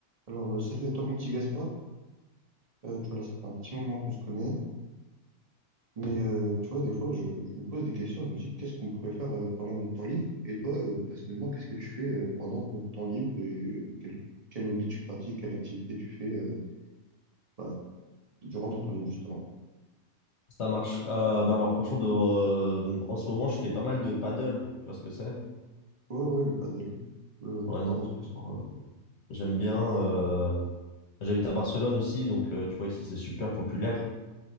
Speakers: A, on the right; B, on the left.
A: Alors, euh, salut à toi, mon petit Gaspard. Euh, tu vois, là, ça fait un petit moment qu'on se connaît. Mais euh, tu vois, des fois, je, je me pose des questions. Je me dis, qu'est-ce qu'on pourrait faire euh, pendant notre temps libre? Et toi, euh, personnellement, qu'est-ce que tu fais euh, pendant notre temps libre et euh, quel, quel hobby tu pratiques, quelle activité tu fais euh, bah, durant ton temps libre, justement?
B: Ça marche. Euh, bah alors franchement, de, euh, en ce moment, je fais pas mal de paddle. Tu vois ce que c'est?
A: Ouais, ouais, le paddle. Ouais, ouais, totalement
B: Ouais, non.
A: ce que c'est.
B: Euh, J'aime bien. euh, j'habite à Barcelone aussi, donc euh, tu vois, ici, c'est super populaire.